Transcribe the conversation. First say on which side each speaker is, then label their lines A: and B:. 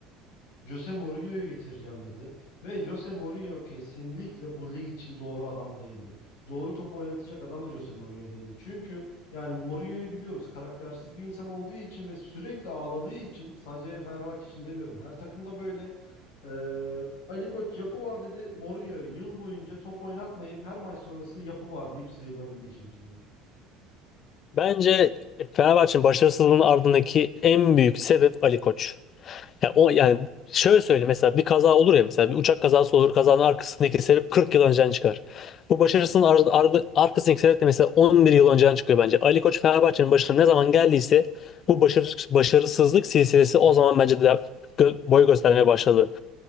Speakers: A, on the left; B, on the left.
A: Jose Mourinho'yu getireceğim dedi. Ve Jose Mourinho kesinlikle bu lig için doğru adam değildi. Doğru topu oynatacak adam da Jose Mourinho değildi. Çünkü yani Mourinho'yu biliyoruz karaktersiz bir insan olduğu için ve sürekli ağladığı için sadece Fenerbahçe için demiyorum. Her takımda böyle. Ee, Ali Koç yapı var dedi. Mourinho yıl boyunca top oynatmayıp her maç sonrası yapı var deyip sıyrılabildi işin içinden.
B: Bence Fenerbahçe'nin başarısızlığının ardındaki en büyük sebep Ali Koç. Ya o yani şöyle söyleyeyim mesela bir kaza olur ya mesela bir uçak kazası olur kazanın arkasındaki sebep 40 yıl önceden çıkar. Bu başarısının ar ar arkasındaki sebep de mesela 11 yıl önceden çıkıyor bence. Ali Koç Fenerbahçe'nin başına ne zaman geldiyse bu başarı başarısızlık silsilesi o zaman bence de gö- boy göstermeye başladı.